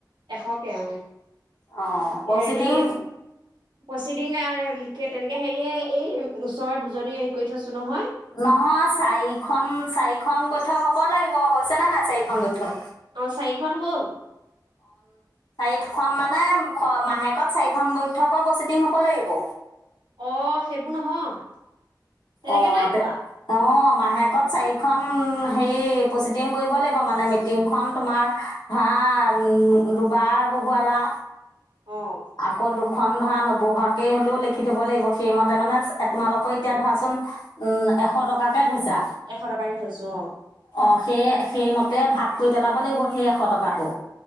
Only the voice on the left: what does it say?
আহ পচিটং।
নহয় চাৰিখন চাৰিখন বৈঠক হ'ব লাগিব হৈছে নে নাই চাৰিখন বৈঠক।
খ মানে মাহেকত চাৰিখন বৈঠকৰ প্ৰচিডিং হ'ব লাগিব।
অ
তে
অ। মাহেকত চাৰিখন হেৰি প্ৰচিডিং কৰিব লাগিব মানে মিটিংখন তোমাৰ ধৰা দুবাৰ বহুৱালা।
আকৌ দু খন ধৰা নবহোৱাকে হ'লেও লিখি থব লাগিব সেইমতে মানে তোমালোকৰ এতিয়া ধৰাচোন উম এশ টকাকে।
অ সেই সেইমতে ততে ভাগ কৰি পেলাব লাগিব সেই এশ টকাটো।